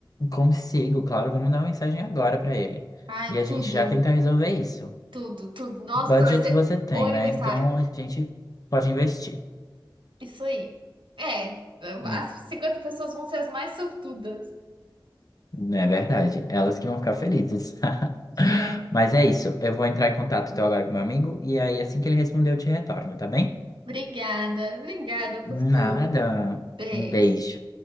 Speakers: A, on the left; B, on the right.
A: Consigo, claro, vou mandar uma mensagem agora pra ele.
B: Ai,
A: E a
B: tudo,
A: gente já tentar resolver isso.
B: tudo, tudo. Nossa,
A: Budget
B: vai ser
A: você tem,
B: o aniversário.
A: né? Então a gente pode investir.
B: Isso aí. É,
A: Hum,
B: as 50 pessoas vão ser as mais sortudas.
A: Não é verdade. Elas que vão ficar felizes. <laughs>
B: É.
A: Mas é isso. Eu vou entrar em contato então agora com meu amigo e aí assim que ele responder eu te retorno, tá bem?
B: Obrigada, obrigada por
A: Nada.
B: tudo. Beijo.
A: Um beijo.